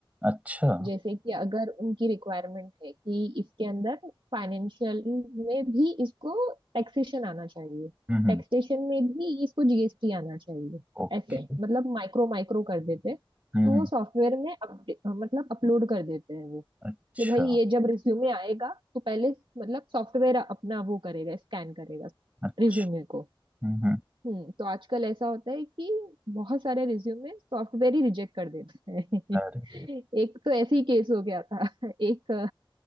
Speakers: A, on the right; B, on the right.
A: अच्छा हम्म
B: जैसे कि अगर उनकी रिक्वायरमेंट है कि इसके अंदर फाइनेंशियल में भी इसको टैक्सेशन आना चाहिए
A: हम्म
B: टैक्सेशन में भी इसको जीएसटी आना चाहिए
A: ओके
B: ऐसे मतलब माइक्रो माइक्रो कर देते हैं
A: हम्म
B: तो
A: हम्म,
B: वो सॉफ्टवेयर में अपडे मतलब अपलोड कर देते हैं वो
A: अच्छा
B: कि भाई ये जब रिज्यूमे आएगा तो पहले मतलब सॉफ्टवेयर अपना वो करेगा स्कैन करेगा
A: अच्छा
B: रिज्यूमे को
A: हम्म हम्म,
B: हम्म तो आजकल ऐसा होता है कि बहुत सारे रिज्यूमे सॉफ्टवेयर ही रिजेक्ट कर देता है <laughs>
A: अरे
B: एक तो ऐसे ही केस हो गया था <laughs> एक